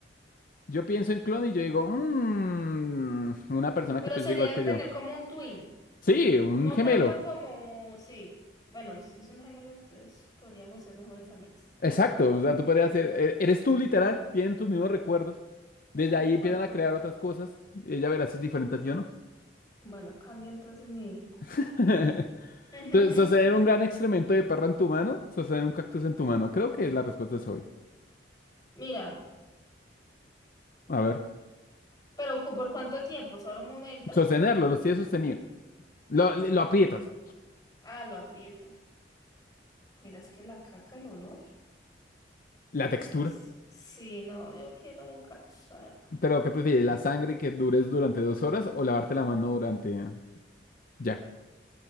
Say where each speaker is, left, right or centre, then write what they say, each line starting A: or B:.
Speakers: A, on the left; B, on the left.
A: Yo pienso en clon y yo digo, "Mm, una persona
B: Pero
A: que piensa
B: sería
A: igual que
B: tener
A: yo.
B: como un twin,
A: Sí, un
B: no
A: gemelo.
B: tanto como, sí, bueno, si es un gemelo, entonces podríamos ser mejores amigas.
A: Exacto. O sea, tú podrías ser, e- eres tú literal, tienen tus mismos recuerdos. Desde
B: Mm,
A: ahí empiezan
B: bueno,
A: a
B: bueno,
A: crear otras cosas. y Ella verá si es diferente a ti o no.
B: bueno, cambio entonces mi...
A: <laughs>
B: <laughs>
A: Entonces, sostener un gran excremento de perro en tu mano, sostener un cactus en tu mano. Creo que la respuesta es obvia.
B: Mira,
A: A ver,
B: pero ¿cu- ¿por cuánto tiempo? ¿Solo un momento?
A: sostenerlo, lo tienes sostenido. Lo, lo aprietas.
B: Ah, lo aprieto. Mira, es que la caca, el olor
A: La textura.
B: es... Sí, no, yo quiero un cactus, la verdad.
A: Pero, ¿qué prefieres? ¿La sangre que dures durante dos horas o lavarte la mano durante... Ya.